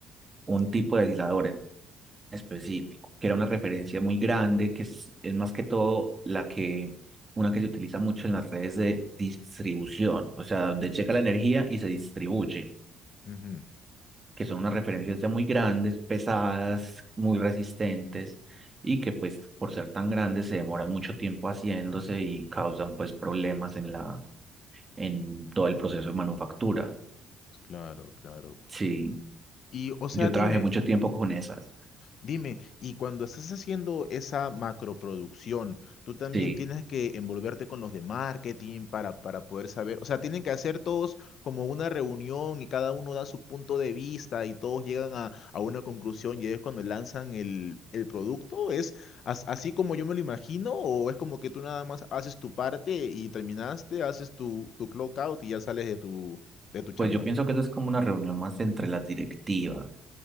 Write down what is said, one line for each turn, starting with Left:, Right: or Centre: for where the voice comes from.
Right: un tipo de aislador en específico, que era una referencia muy grande, que es, es más que todo la que, una que se utiliza mucho en las redes de distribución, o sea, donde llega la energía y se distribuye.
Left: Ujú,
Right: que son unas referencias ya muy grandes, pesadas, muy resistentes y que pues por ser tan grandes se demoran mucho tiempo haciéndose y causan pues problemas en la, en todo el proceso de manufactura.
Left: Claro, claro.
Right: Sí,
Left: Y, o sea,
Right: yo
Left: dime,
Right: trabajé mucho tiempo con esas.
Left: Dime, y cuando estás haciendo esa macroproducción, tú también
Right: Sí.
Left: tienes que envolverte con los de marketing para, para poder saber, o sea, tienen que hacer todos como una reunión y cada uno da su punto de vista y todos llegan a, a una conclusión y es cuando lanzan el, el producto. ¿Es as- así como yo me lo imagino o es como que tú nada más haces tu parte y terminaste, haces tu, tu clock out y ya sales de tu, de tu chamba?
Right: Pues yo pienso que eso es como una reunión más entre las directivas,